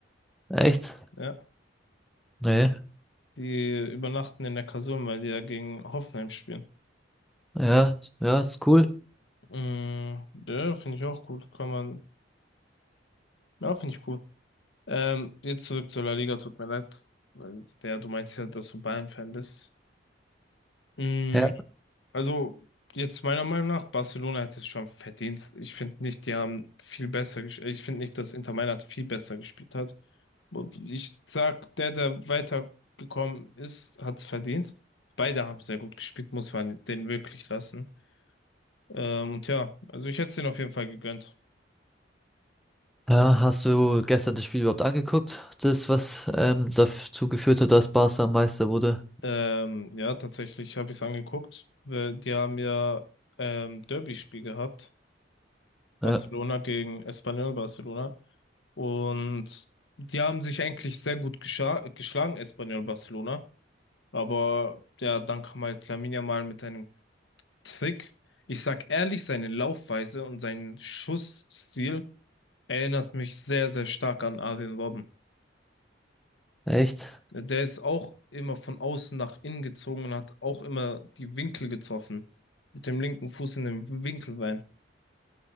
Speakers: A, in the centre; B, on the left.
A: Echt?
B: Ja,
A: Nee.
B: die übernachten in Neckarsulm, weil die ja gegen Hoffenheim spielen.
A: Ja, ja, ist cool.
B: Mm, ja, finde ich auch cool. Kann man, ja, finde ich cool. Ähm, jetzt zurück zur La Liga, tut mir leid, weil der, du meinst ja, dass du Bayern-Fan bist. Mm,
A: Ja.
B: Also, jetzt meiner Meinung nach, Barcelona hätte es schon verdient. Ich finde nicht, die haben viel besser gespielt. Ich finde nicht, dass Inter Mailand viel besser gespielt hat. Und ich sag, der, der weitergekommen ist, hat es verdient. Beide haben sehr gut gespielt, muss man denen wirklich lassen. Ähm, und ja, also ich hätte es denen auf jeden Fall gegönnt.
A: Ja, hast du gestern das Spiel überhaupt angeguckt? Das, was ähm, dazu geführt hat, dass Barca Meister wurde?
B: Ähm, ja, tatsächlich habe ich es angeguckt. Weil Die haben ja ähm, Derby-Spiel gehabt. Barcelona
A: Ja.
B: gegen Espanyol Barcelona. Und die haben sich eigentlich sehr gut gescha- geschlagen, Espanyol Barcelona. Aber ja, dann kam halt Lamine Yamal mit einem Trick. Ich sag ehrlich, seine Laufweise und sein Schussstil erinnert mich sehr, sehr stark an Arjen Robben.
A: Echt?
B: Der ist auch immer von außen nach innen gezogen und hat auch immer die Winkel getroffen. Mit dem linken Fuß in den Winkel rein.